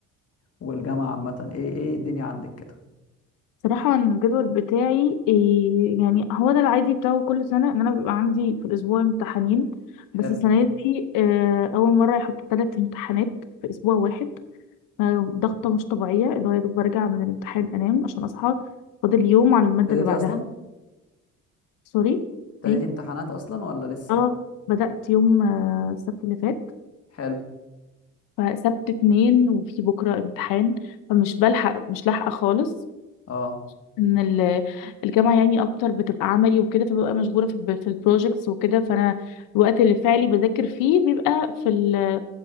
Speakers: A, on the left; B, on the left.
A: والجامعة عامة ايه ايه الدنيا عندك كده
B: صراحة أنا الجدول بتاعي إيه يعني هو ده العادي بتاعه كل سنة ان انا بيبقى عندي في الاسبوع امتحانين بس
A: حلو
B: السنة دي آه، اول مرة يحطوا ثلاث امتحانات في اسبوع واحد آه، ضغطة مش طبيعية اللي هو يا دوب برجع من الامتحان انام عشان اصحى فاضل يوم على المادة
A: ابتديتي
B: اللي بعدها
A: اصلا
B: سوري
A: ابتديتي
B: ايه
A: امتحانات اصلا ولا لسه
B: اه بدأت يوم آه، السبت اللي فات
A: حلو
B: فسبت اتنين وفي بكرة امتحان فمش بلحق مش لاحقة خالص
A: اه
B: ان ال- الجامعة يعني اكتر بتبقى عملي وكده فببقى مشغولة في ب- في البروجكتس وكده فانا الوقت اللي فعلي بذاكر فيه بيبقى في ال